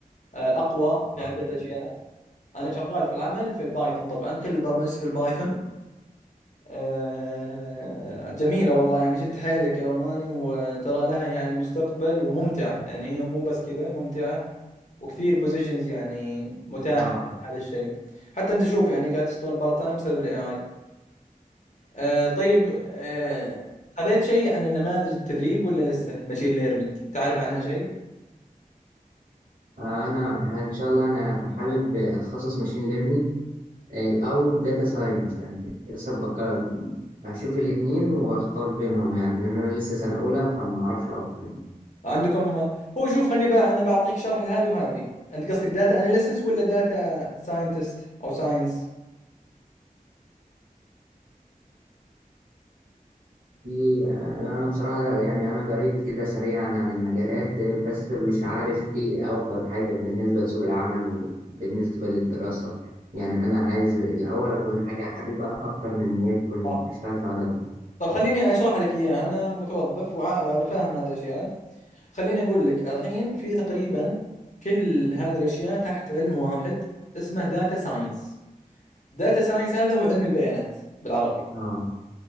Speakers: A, on the left; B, on the right.
A: آه، اقوى في
B: اه
A: عده اشياء انا شغال في العمل في البايثون طبعا كل البرمجه في البايثون آه، جميله والله يعني شد حيلك يا روماني وترى لها يعني مستقبل وممتعه يعني هي مو بس كذا ممتعه وكثير بوزيشنز يعني متاحه
B: آه.
A: هذا الشيء حتى انت شوف يعني قاعد تشتغل بارت تايم بسبب الاي اي آه طيب آه، خذيت شيء عن النماذج التدريب ولا لسه المشين ليرنينج تعرف عنها شيء
B: آه، انا ه- ان شاء الله انا حابب اتخصص ماشين ليرنينج او داتا ساينس يعني لسه بك- هشوف الاثنين واختار بينهم يعني ان انا لسه سنه اولى فما اعرفش اكتر يعني
A: عندكم هو شوف خليني بقى انا بعطيك شرح لهذه وهذه انت قصدك داتا اناليسز ولا داتا ساينتست او ساينس
B: في آه، انا بصراحه يعني انا قريت كده سريعا عن المجالات آه، بس مش عارف ايه افضل حاجه بالنسبه لسوق العمل بالنسبه للدراسه يعني انا عايز الاول اكون حاجه حبيبه اكتر من ان هي تكون
A: صح
B: اشتغل فيها ولا لا
A: طيب خليني اشرح لك اياها انا متوظف وع- يعني فاهم هذه الاشياء خليني اقول لك الحين في تقريبا كل هذه الاشياء تحت علم واحد اسمه داتا ساينس داتا ساينس هذا هو علم البيانات بالعربي
B: اه